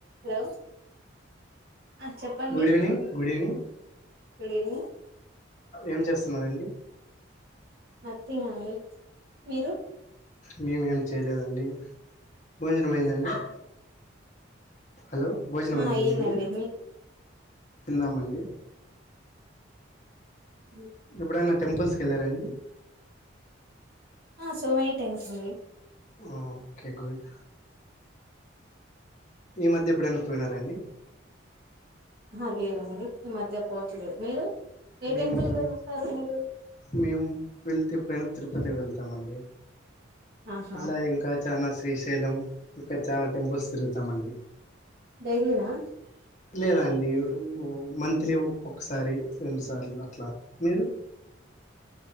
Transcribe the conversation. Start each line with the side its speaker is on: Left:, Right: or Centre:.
Right: Hello ఆ చెప్పండి
Left: good evening good evening
Right: good evening
Left: ఏం చేస్తున్నారండి
Right: నథింగ్ అండి మీరు
Left: నేనేమ్ చేయలేదండి భోజనం అయిందా అండి హలో భోజనం
Right: ఆ
Left: అయిందా
Right: అయ్యిందండి
Left: అండి మీది తిన్నామండి
Right: ఉ
Left: ఏప్పుడైనా టెంపుల్స్ కి వెళ్ళారండి
Right: ఆ సో మెనీ టైమ్స్ అండి
Left: ఓకే గుడ్ ఈ మధ్య ఎప్పుదైన పోయినారండి
Right: ఆ లేదండి ఇ మధ్య పోవట్లేదు మీరు ఏ
Left: మేము
Right: టెంపుల్కి వెళస్తారు మీరు
Left: మేము వెళ్తే ఎప్పుడైనా తిరుపతి వెళ్తామండి
Right: ఆహా
Left: అట్లా ఇంకా చనా శ్రీశైలం ఇంకా చనా టెంపుల్స్ తిరుగుతాం అండి
Right: డైలీనా
Left: లేదండి ఓ మంత్లీ ఒకసారి రెండు సార్లు అట్లా మీరు